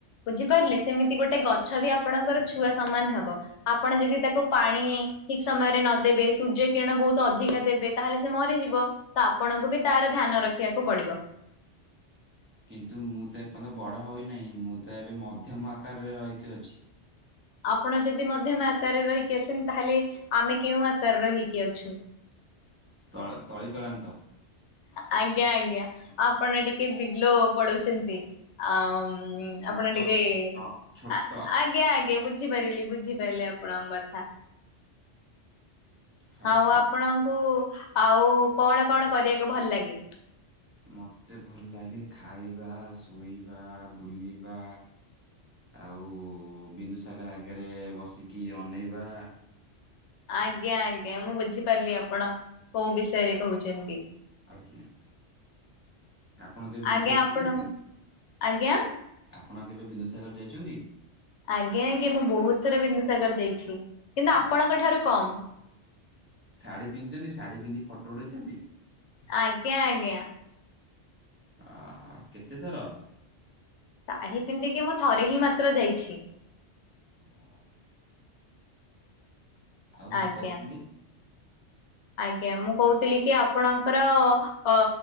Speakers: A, on the left; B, on the right.
A: ବୁଝିପାରିଲେ
B: କି-
A: ସେମିତି ଗୋଟେ ଗ ଗଛ ବି ଆପଣଙ୍କର ଛୁଆ ସମାନ ହବ ଆପଣ ଯଦି ତାକୁ ପାଣି ଠିକ ସମୟରେ ନଦବେ ସୂର୍ଯ୍ୟ କିଣ ବହୁତ ଅଧିକା ଦେବେ ତାହେଲେ ସେ ମରିଯିବ ତ ଆପଣଙ୍କୁ ବି ତାର ଧ୍ୟାନ ରଖିବାକୁ ପଡିବ। <unintelligible>
B: କିନ୍ତୁ ମୁଁ ତ ଏପର୍ଯ୍ୟନ୍ତ ବଡ ହଉନାହିଁ ମୁଁ ତ ଏବେ ମଧ୍ୟମ ଆକାରରେ ରହିକି ଅଛି।
A: ଆପଣ ଯଦି ମଧ୍ୟମା ଆକାରରେ ରହିକି ଅଛନ୍ତି, ତାହେଲେ ଆମେ କେଉଁ ଆକାରରେ ହେଇକି ଅଛୁ?
B: ତଳ ତଳିତଳାନ୍ତ
A: ଆଜ୍ଞା ଆଜ୍ଞା ଆପଣ ଟିକେ ବିଲୋ ପଡଉଛନ୍ତି ଆ ହୁଁ
B: ଛୋଟ
A: ଆପଣ ଟିକେ
B: ଛୋଟ ଛୋଟ
A: ଆଜ୍ଞା ଆଜ୍ଞା ଆଜ ବୁଝିପାରିଲି ବୁଝିପାରିଲି ଆପଣଙ୍କ କଥା।
B: ହଁ
A: ଆଉ
B: ହଁ।
A: ଆପଣଙ୍କୁ ଆଉ କଣ କଣ କରିବାକୁ ଭଲ ଲାଗେ?
B: ମତେ ଭଲ ଲାଗେ ଖାଇବା, ଶୋଇବା, ବୁଲିବା। ଆଉ ବିନ୍ଦୁ ସାଗର ଆଗରେ ବସିକି ଅନେଇବା।
A: ଆଜ୍ଞା ଆଜ୍ଞା ମୁଁ ବୁଝିପାରିଲି ଆପଣ କୋଉ ବିଷୟରେ କହୁଛନ୍ତି।
B: ଆଜ୍ଞା। ଆପଣ କେ ଜିନଷ
A: ଆଜ୍ଞା
B: ଆଛନ୍ତି।
A: ଆପଣ ଆଜ୍ଞା
B: ଆପଣ କେବେ ବିନ୍ଦୁସାଗର ଯାଇଛନ୍ତି?
A: ଆଜ୍ଞା ଆଜ୍ଞା ମୁଁ ବହୁତ ଥର ବିନ୍ଦୁସାଗର ଯାଇଛି। କିନ୍ତୁ
B: ଉଁ,
A: ଆପଣଙ୍କ ଠାରୁ କମ୍।
B: ଶାଢୀ ପିନ୍ଧିଛନ୍ତି ଶାଢୀ ପିନ୍ଧି ଫଟୋ ଉଠେଇଛନ୍ତି?
A: ଆଜ୍ଞ ଆଜ୍ଞା।
B: ଅହୋ କେତେଥର?
A: ଶାଢୀ ପିନ୍ଧିକି ମୁଁ ଥରେ ହିଁ ମାତ୍ର ଯାଇଛି।
B: ଓହୋ। ଆଉ କିଛି
A: ଆଜ୍ଞା।
B: କହୁଛନ୍ତି?
A: ଆଜ୍ଞା ମୁଁ କହୁଥିଲି କି ଆପଣଙ୍କର ଅ